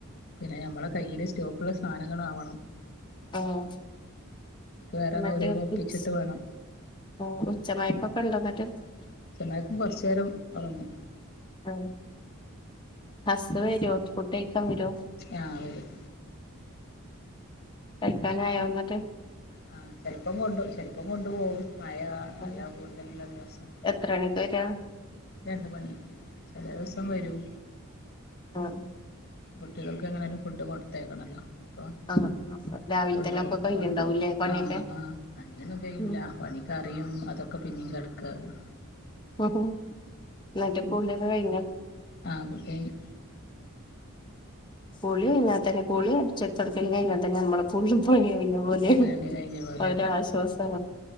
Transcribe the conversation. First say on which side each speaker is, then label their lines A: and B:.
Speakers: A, on the left; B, on the left.
A: പിന്നെ നമ്മളെ കയ്യില് സ്റ്റോക്കുള്ള സാനങ്ങളാവണം
B: ആഹ്
A: വേറെ
B: ഇന്നത്തെ
A: ഓരോന്ന് ഒപ്പിച്ചിട്ട്
B: കിച്ച്
A: വേണം
B: ഉച്ചമായകം ഒകെ ഉണ്ടോ <unintelligible>
A: മയക്കം. കൊറച്ച് നേരം ഒറങ്ങും
B: ആ ഹസ് വരുമോ ഫുഡ് കഴിക്കാൻ വരോ
A: ആ വരും
B: കഴിക്കാൻ ആയോ ഇന്നട്ട്
A: ആ ചെലപ്പം കൊണ്ട് ചെിലപ്പം കൊണ്ടു പോകും മഴ നല്ല
B: ഉം
A: കൂടുതലുള്ള ദിവസം
B: എത്ര മണിക്ക് വരാ
A: രണ്ട് മണി ചില ദിവസം വരും
B: ഉം
A: കുട്ടികൾക്ക് എങ്ങനൊലും ഫുഡ് കൊടുത്തേക്കണല്ലോ അപ്പോ
B: ആഹ് ആഹ് രാവിലെ
A: കൊണ്ടോവും
B: തന്നെ ഒക്കെ കയ്യുണ്ടാവൂല്ലേ
A: കൊണ്ടോവും
B: പണിയൊക്കെ
A: ആ ആ അങ്ങനെ ഒന്നും കഴിയുലാ
B: ഉം
A: പണി കറിയും അതൊക്കെ പിന്നെയും കെട്ക്കാവും
B: ഉം എന്നിട്ട് കുളി ഒകെ കഴിഞ്ഞോ
A: ആ കുളി കഴിഞ്ഞു
B: കുളികഴിഞ്ഞൽ തന്നെ കുളി അടിച്ച് ഒരി തൊടക്കൽ കഴിഞാ തന്നെ കഴിഞാ തന്നെ നമ്മളെ ഫുൾ പണി കഴിഞ്ഞു പോലെ
A: പണി കഴിഞ്ഞ പോലെ
B: ഒരു
A: അതെ
B: അശ്വാസ